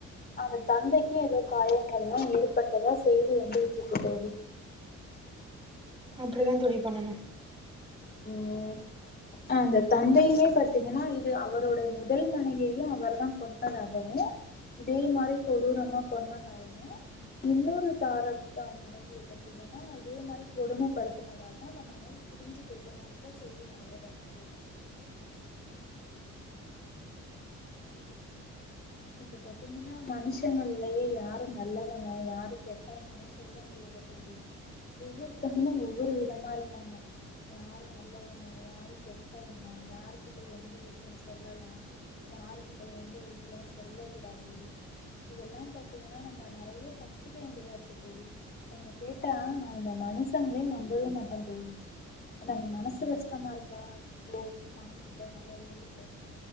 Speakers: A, on the left; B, on the right.
A: அந்த தந்தைக்கு ஏதோ காயங்கள் எல்லா ஏற்பட்டதா செய்தி வந்துகிட்ருக்கு தோழி
B: அப்டி தா தோழி பண்ணணு
A: ம் உம் அந்த தந்தையுமே பாத்தீங்கன்னா இது அவரோட முதல் மனைவியயு அவர் தா கொன்னதாகவு இதே மாரி கொடூரமா கொன்னதாகவு இன்னொரு தாரத்த மனைவிய பத்தி பத்தீங்னா இதே மாரி கொடுமைப்படுத்துனதாவு அந்த மனைவி பிரிஞ்சி கேட்டதாவு கூட செய்தி நெறைய வருது தோழி இப்ப பாத்தீங்கன்னா மனுஷங்கள்லயே யாரு நல்லவங்க யாரு கெட்டவங்கன்னே சொல்ல முடியல தோழி ஒவ்வொருத்தவங்களு ஒவ்வொரு விதமா இருக்காங்க யாரு நல்லவங்க யாரு கெட்டவங்க யாருக்கிட் எந்த விஷ்யொ சொல்லலா யாரு கிட்ட எந்த விஷ்யொ சொல்ல கூடாது இதெல்லா பாத்தீங்கன்னா நம்ம நெறைய கத்துக்க வேண்டியதா இருக்கு தோழி என்ன கேட்டா நா இந்த மனுஷங்ளே நம்பவே மாட்டெ தோழி ந்த மனசு கஷ்டமா ருக்கா போ சாமி கிட்ட நல்லா வேண்டிக்கோ